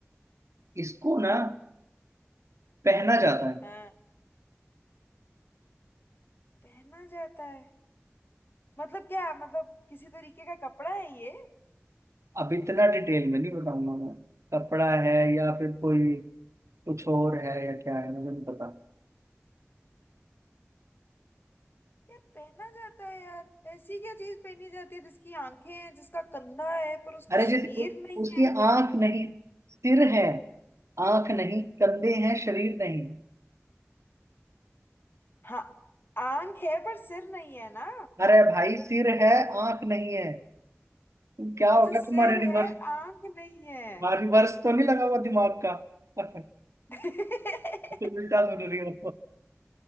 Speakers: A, on the right; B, on the left.
A: इसको ना पहना जाता है
B: हाँ पहना जाता है मतलब क्या मतलब किसी तरीके का कपड़ा है ये
A: अब इतना डिटेल में नहीं बताऊंगा मैं कपड़ा है या फिर कोई कुछ और है या क्या है मुझे नहीं पता
B: यार पहना जाता है यार ऐसी क्या चीज पहनी जाती है जिसकी आंखें हैं जिसका कंधा है पर उसका
A: अरे जिस
B: शरीर
A: उ-
B: नहीं
A: उसकी
B: है
A: आंख नहीं सिर है आंख नहीं कंधे हैं शरीर नहीं
B: हाँ आंख है पर सिर नहीं है ना
A: अरे भाई सिर है आंख नहीं है तुम क्या होगा
B: अच्छा सिर
A: तुम्हारे रिवर्स
B: है आंख नहीं है
A: हाँ रिवर्स तो नहीं लगा हुआ दिमाग का <laughs> तो
B: <laughs>
A: उल्टा सुन रही हो